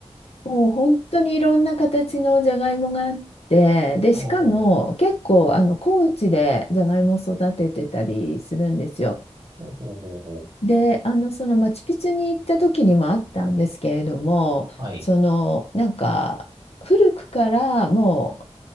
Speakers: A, on the left (about 65°); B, on the right (about 40°).
A: もう本当にいろんな形のじゃがいもがあって、で、
B: ほうほう。
A: しかも結構あの高地でじゃがいもを育ててたりするんですよ。
B: ほうほうほうほう。
A: で、あのそのマチュピチュに行った時にもあったんですけれども、
B: はい。
A: そのなんか古くからも